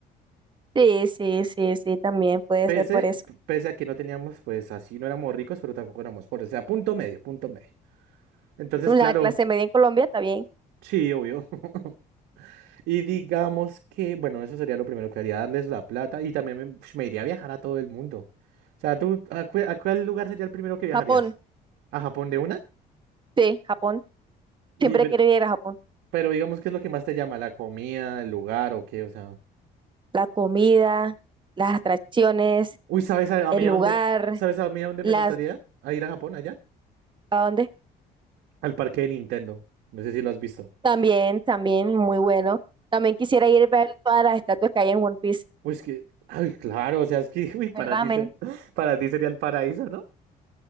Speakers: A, on the right; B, on the right.
A: Sí, sí, sí, sí, también puede
B: Pese,
A: ser por eso.
B: pese a que no teníamos, pues así, no éramos ricos, pero tampoco éramos pobres, o sea, punto medio, punto medio. Entonces,
A: La
B: claro,
A: clase media en Colombia está bien.
B: sí, obvio. <laughs> Y digamos que, bueno, eso sería lo primero que haría, darles la plata y también me, ush, me iría a viajar a todo el mundo. O sea, ¿tú a, cue- a cuál lugar sería el primero que viajarías?
A: Japón,
B: ¿A Japón de una?
A: sí, Japón.
B: Y
A: Siempre
B: pero,
A: quiero ir a Japón.
B: Pero digamos, ¿qué es lo que más te llama? ¿La comida, el lugar o qué? O sea.
A: La comida, las atracciones,
B: Uy, ¿sabes a, a
A: el
B: mí a
A: lugar,
B: dónde? ¿Sabes a mí a dónde
A: las...
B: me gustaría? ¿A ir a Japón allá?
A: ¿A dónde?
B: Al parque de Nintendo. No sé si lo has visto.
A: También, también, muy bueno. También quisiera ir a ver todas las estatuas que hay en One Piece.
B: Uy, es que. Ay, claro, o sea, es que <laughs> uy, para
A: Comer ramen.
B: ti se- <laughs> para ti sería el paraíso, ¿no?